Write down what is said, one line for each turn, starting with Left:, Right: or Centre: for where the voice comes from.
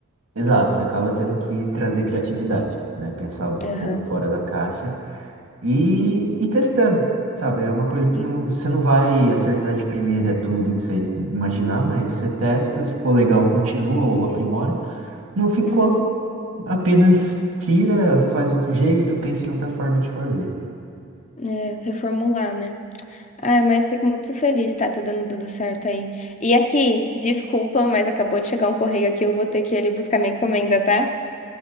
Right: Exato, você acaba tendo que trazer criatividade, né? Pensar um
Left: Aham.
Right: pouco fora da caixa e, e testando, sabe? É uma coisa
Left: Sim.
Right: que não, você não vai acertar de primeira tudo que você imaginar, mas você testa, se ficou legal, continua ou aprimora. Não ficou,
Left: Uhum.
Right: apenas tira, faz outro jeito, pensa em outra forma de fazer.
Left: É, reformular, né? Ai, mas fico muito feliz, tá? Tá dando tudo certo aí. E aqui, desculpa, mas acabou de chegar um correio aqui, eu vou ter que ir ali buscar minha encomenda, tá?